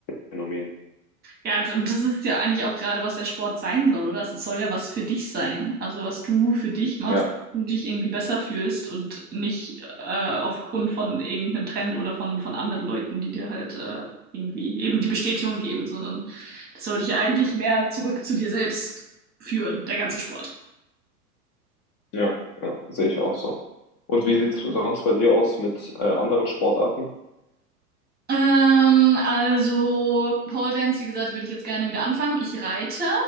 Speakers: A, on the left; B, on the right.
A: Phänomen.
B: Ja, und das ist ja eigentlich auch gerade, was der Sport sein soll, oder? Es soll ja was für dich sein. Also was du für dich machst,
A: Ja,
B: du dich irgendwie besser fühlst und nicht äh, aufgrund von irgendeinem Trend oder von, von anderen Leuten, die dir halt äh, irgendwie eben die Bestätigung geben, sondern das soll dich ja eigentlich mehr zurück zu dir selbst führen, der ganze Sport.
A: ja, ja, sehe ich auch so. Und wie sieht's sonst bei dir aus mit äh, anderen Sportarten?
B: Ähm, also Pole Dance, wie gesagt, würde ich jetzt gerne wieder anfangen. Ich reite